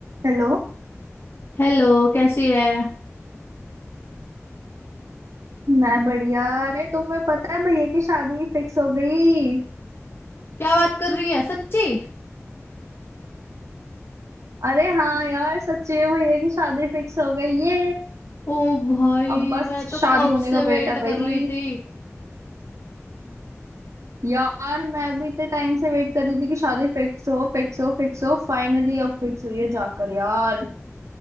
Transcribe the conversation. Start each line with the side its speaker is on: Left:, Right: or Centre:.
Right: हेलो
Left: Hello कैसी है
Right: मैं बढ़िया अरे तुम्हें पता है भैया की शादी फिक्स हो गई
Left: क्या बात कर रही है सच्ची
Right: अरे हाँ यार सच्ची में भैया की शादी फिक्स हो गई ये
Left: ओ भाई
Right: अब बस
Left: मैं तो
Right: शादी
Left: कब
Right: होने
Left: से
Right: का
Left: वेट
Right: वेट है भाई
Left: कर रही थी
Right: यार मैं भी इतने टाइम से वेट कर रही थी कि शादी फिक्स हो फिक्स हो फिक्स हो फाइनली अब फिक्स हुई है जाकर यार